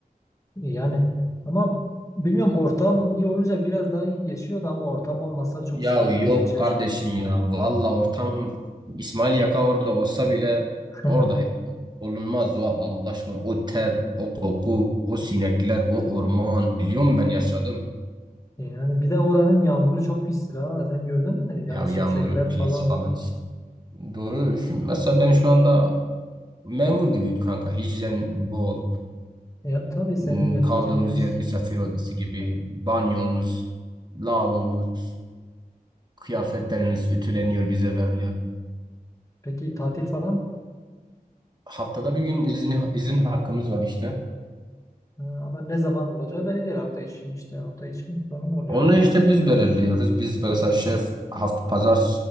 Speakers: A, on the left (about 20°); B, on the right (about 30°).
A: E, Yani ama bilmiyorum ortam iyi olunca biraz daha iyi geçiyordu ama ortam olmasa çok
B: Ya
A: sıkıntılı
B: yok
A: geçer.
B: kardeşim ya. Valla ortam İsmail Yaka orada olsa bile
A: <laughs>
B: orada olunmaz o Allah aşkına. O ter, o koku, o sinekler, o orman. Biliyor musun ben yaşadım.
A: Yani bir de oranın yağmuru çok pis ha. Sen gördün mü? Yani
B: Ya
A: şimşekler
B: yağmuru pis
A: falan.
B: falan. Doğru. Şimdi mesela ben şu anda memur gibiyim kanka. Hijyen bol.
A: Ya tabii senin
B: Hmm,
A: yerin
B: Kaldığımız
A: temiz.
B: yer misafir odası gibi. Banyomuz, lavabomuz, kıyafetlerimiz
A: E,
B: ütüleniyor, bize veriliyor.
A: peki tatil falan?
B: Haftada bir gün izni, izin hakkımız var işte.
A: Ha, ama ne zaman olacağı belli değil. Hafta içi işte hafta içi mi sonu mu oluyor
B: Onu
A: belli
B: işte
A: mi?
B: biz belirliyoruz. Biz mesela şef hafta pazar